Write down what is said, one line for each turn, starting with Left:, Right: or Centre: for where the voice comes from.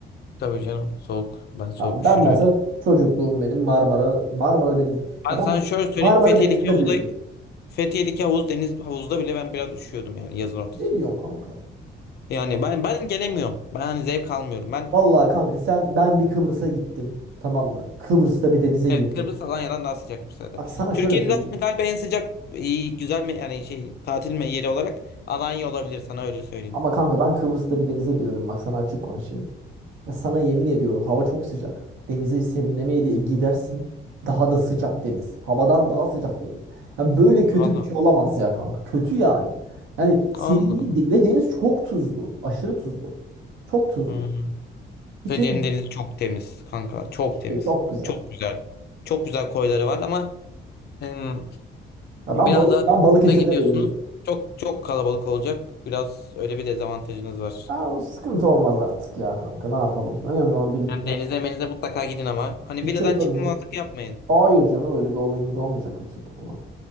Left: Tabii canım soğuk. Ben soğuk
Right: Ben,
Left: üşürüm.
Right: ben mesela çocukluğum benim Marmara Marmara Denizi.
Left: Ben
Right: Ya
Left: sana
Right: ben
Left: şöyle söyleyeyim.
Right: Marmara
Left: Fethiye'deki
Right: Denizi'nde
Left: havuzda
Right: büyüdüm.
Left: Fethiye'deki havuz deniz havuzda bile ben biraz üşüyordum yani yazın ortasında.
Right: Ne diyorsun kanka?
Left: Yani ben ben gelemiyorum. Ben hani zevk almıyorum. Ben
Right: Vallahi kanka sen ben bir Kıbrıs'a gittim. Tamam mı? Kıbrıs'ta bir denize
Left: evet
Right: girdim.
Left: Kıbrıs Alanya'dan daha sıcakmış zaten.
Right: Bak sana
Left: Türkiye'nin
Right: şöyle söyleyeyim.
Left: zaten galiba en sıcak iyi, güzel mi yani şey tatil mi yeri olarak Alanya olabilir sana öyle söyleyeyim.
Right: Ama kanka ben Kıbrıs'ta bir denize girdim. Bak sana açık konuşayım. Ya sana yemin ediyorum hava çok sıcak. Denize serinlemeye diye gidersin. Daha da sıcak deniz. Havadan daha sıcak deniz. Ya böyle kötü
Left: Vallahi.
Right: bir şey olamaz ya kanka. Kötü yani. Yani serinliği
Left: Allah Allah.
Right: de- ve deniz çok tuzlu. Aşırı tuzlu. Çok tuzlu.
Left: Hmm.
Right: Hiç
Left: Fethiye'nin
Right: öyle
Left: denizi çok temiz kanka. Çok
Right: işte
Left: temiz.
Right: çok güzel.
Left: Çok güzel. Çok güzel koyları var ama em,
Right: Ya
Left: biraz
Right: ben balık
Left: daha
Right: ben Balıkesir'de
Left: buna gidiyorsunuz.
Right: de yüzdüm.
Left: Çok çok kalabalık olacak. Biraz öyle bir dezavantajınız var.
Right: Aa, sıkıntı olmaz artık ya kanka ne yapalım. Önemli olan birlikte.
Left: Yani denize
Right: Gideceğiz
Left: menize mutlaka gidin ama. Hani
Right: Gideceğiz
Left: villadan
Right: tabii
Left: çıkmamazlık
Right: canım.
Left: yapmayın.
Right: Hayır canım öyle bir olayımız olmayacak yüksek ihtimal.